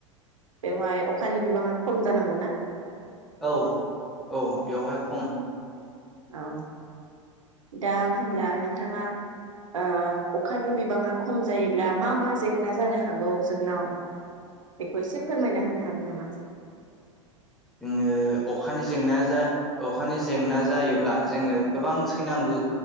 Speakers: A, on the right (about 75°); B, in the centre.
A: बेवहाय अखानि बिबाङा खम जानांगौ ना
B: औ औ बेवहाय खम
A: औ दा होमब्ला नोंथाङा ओ अखानि बिबाङा खम जायोब्ला मा मा जेंना जानो हागौ जोंनाव बेखौ एसे फोरमायना होनो हागोन नामा
B: जोङो अखानि जेंना अखानि जेंना जायोब्ला जोङो गोबां सैनांगौ